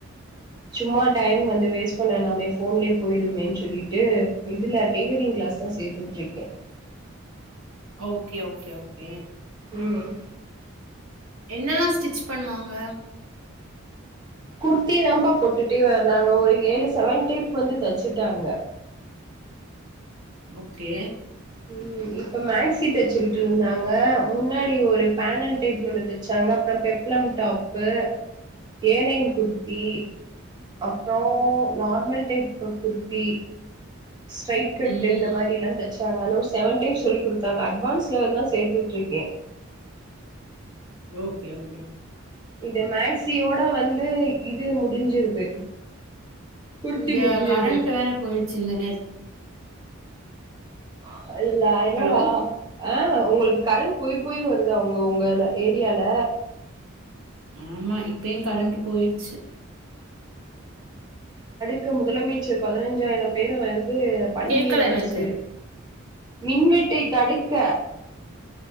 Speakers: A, on the right (about 20°); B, on the right (about 80°).
A: சும்மா டைம் வந்து வேஸ்ட் பண்ணனாமே போன்லயே போயிடுமேன்னு சொல்லிட்டு இதுல டெய்லரிங் கிளாஸ் தான் சேர்த்து விட்டுருக்கேன்
B: ஓகே ஓகே ஓகே
A: உம்
B: என்னல்லாம் ஸ்டிச் பண்ணுவாங்க
A: குர்த்தி தான்ப்பா போட்டுட்டே வர்ராங்க ஒரு ஏழு செவன் டைப் வந்து தைச்சுட்டாங்க
B: ஓகே
A: உம் இப்ப மேக்சி தைச்சுக்கிட்டு இருந்தாங்க முன்னாடி ஒரு பேனல் டைப்னு ஒன்னு தச்சாங்க அப்புறம் பெப்ளம் டாப்பு ஏலைன் குர்த்தி அப்புறம் normal type kurti straight cut
B: ம்
A: இந்த மாதிரி எல்லாம் தச் செவன் டைப் சொல்லி கொடுத்தாங்க அட்வான்ஸ் லெவல் தான் சேர்த்துட்டு இருக்கேன்
B: ஓகே ஓகே கே
A: இந்த மேக்சியோட வந்து இது முடிஞ்சிருது குர்த்தி
B: இங்க
A: முடிஞ்சிருது
B: கரண்ட் வேற போயிருச்சு இந்த நேரத்துல
A: ஆஹ இல்லல்லா நான் என்னனா
B: ஹலோ
A: ஆஹ் உங்களுக்கு கரண்ட் போய் போய் வருதா உங்க உங்க ஏரியால
B: ஆமா இப்பயும் கரண்ட் போயிடுச்சு
A: க்க முதலமைச்சர் பதினைஞ்சாயிரம் பேரை வந்து க்கு பணி
B: கேக்கல
A: நியமணம்
B: எனக்கு
A: நடந்துச்சு மின்வெட்டை தடுக்க